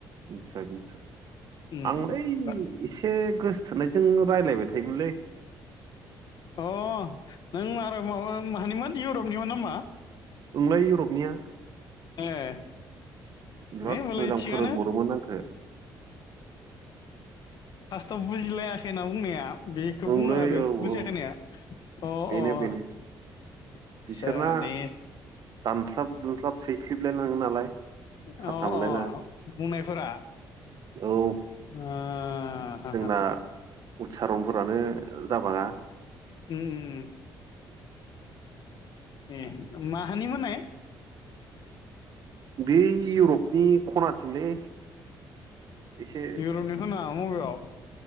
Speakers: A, on the right (about 60°); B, on the left (about 65°).
A: निचय-निचय
B: उम
A: आं लै
B: दा
A: ए एसे गोसथोनायजों रायज्लायबाय थायोमोनलै
B: अह नों आरो माबा मानिमोन इउरपनिमोन नामा
A: ओंलै इउरपनिया
B: एह
A: बिराद
B: है होनबालाय
A: मोजां
B: थिगानो
A: फोरोंहरोमोन आंखौ
B: फार्स्टआव बुजिलायाखैना बुंनाया बेखौ
A: ओंलै
B: बुङो बे
A: औ
B: बुजिया
A: औ
B: खोनाया अह
A: बेनो
B: अह आटसा
A: बेनो बिसोरना
B: दे
A: दानस्लाब दुमस्लाब सैसलिबलायलाङो नालाय
B: अ
A: फाथा
B: अ
A: मोनलायलाङा
B: बुंनायफोरा
A: औ
B: ओ हा
A: जोंना
B: हा
A: उत्सारनफोरानो जाबाङा
B: उम उम उम ए माहानिमोन नाय
A: बे इउरपनि खनाथिंलै एसे
B: इउरपनि खना माबेयाव